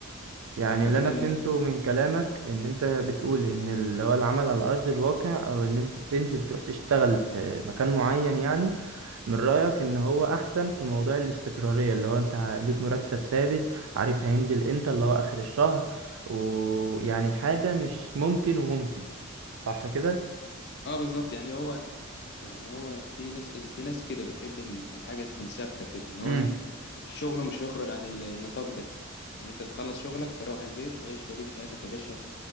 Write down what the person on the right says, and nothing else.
يعني
اللي انا
فهمته من كلامك ان انت بتقول ان اللي هو العمل على ارض الواقع او اللي انت تنزل تروح تشتغل في مكان معين يعني من رأيك ان هو احسن في موضوع الاستقرارية اللي هو انت ع- ليك مرتب ثابت عارف هينزل امتى اللي هو اخر الشهر ويعني حاجة مش ممكن وممكن صح كده
امم